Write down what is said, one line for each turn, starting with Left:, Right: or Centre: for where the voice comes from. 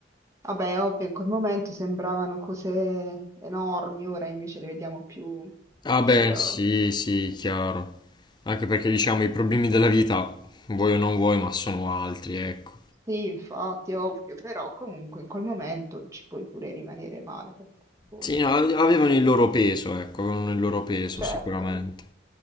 Right: Vabbè, è ovvio, in quel momento sembravano cose enormi, ora invece le vediamo più
Left: Ah
Right: chill.
Left: beh, sì, sì, chiaro. Anche perché diciamo i problemi della vita, vuoi o non vuoi, ma sono altri, ecco.
Right: Sì, infatti, ovvio, però comunque in quel momento ci puoi pure rimanere male per alcune cose.
Left: Sì, no, avevano il loro peso, ecco, avevano il loro peso
Right: Certo,
Left: sicuramente.